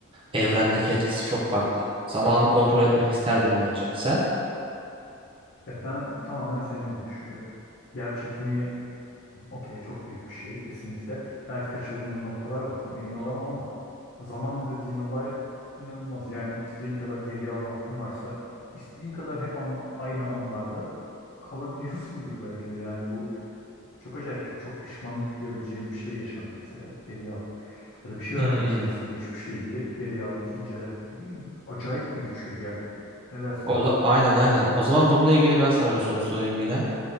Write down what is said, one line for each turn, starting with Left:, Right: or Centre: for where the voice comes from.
Right: evrendeki etkisi çok farklı. Zamanı kontrol etmek isterdim bence. Sen?
Left: Ya ben tamamen senin gibi düşünüyorum. Yer çekimi Okey çok büyük bir şey kesinlikle. Belki kaçırdığımız noktalar var tam emin olamam ama zaman dediğin olay inanılmaz. Yani istediğin kadar geriye alma hakkın varsa istediğin kadar hep anla- aynı anlarda kalabiliyorsundur belki de. Yani bu çok acayip bir şey. Çok pişmanlık duyabileceğim bir şey yaşandı mesela. Geriye al. Ya da bir şey
Right: Hmm.
Left: öğrenmek istiyorsun geçmişle ilgili. Geriye al git incele. Ne bileyim acayip bir güç gibi geldi. Ne dersin?
Right: O za- aynen aynen. O zaman bununla ilgili ben sana bir soru sorayım yine.